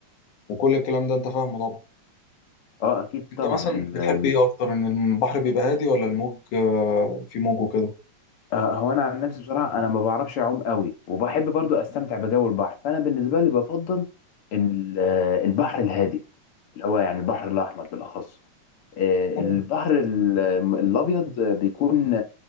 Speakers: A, on the left (about 80°); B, on the left (about 50°).
A: وكل الكلام ده أنت فاهمه طبعا
B: اه اكيد
A: انت
B: طبعا
A: مثلا
B: ال
A: بتحب
B: ال
A: ايه اكتر ان البحر بيبقى هادي ولا الموج آه، في موج وكده
B: آه هو انا عن نفسي بصراحه انا ما بعرفش اعوم قوي وبحب برضو استمتع بجو البحر فانا بالنسبه لي بفضل ال- آه، البحر الهادي اللي هو يعني البحر الاحمر بالاخص آه،
A: تمام
B: البحر ال- الابيض بيكون